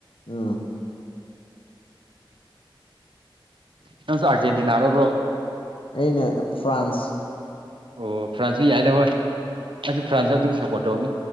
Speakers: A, on the left; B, on the right.
A: ꯑ
B: ꯅꯪꯁꯨ ꯑꯔꯖꯦꯟꯇꯤꯅꯥꯔꯣꯕ꯭ꯔꯣ
A: ꯑꯩꯅ ꯐ꯭ꯔꯥꯟꯁ
B: ꯑꯣ ꯐ꯭ꯔꯥꯟꯁꯁꯨ ꯌꯥꯏꯗ ꯍꯣꯏ ꯑꯗꯨꯁꯨ ꯐ꯭ꯔꯥꯟꯁꯁꯨ ꯑꯗꯨꯝ ꯁꯄꯣꯔꯠ ꯇꯧꯅꯤ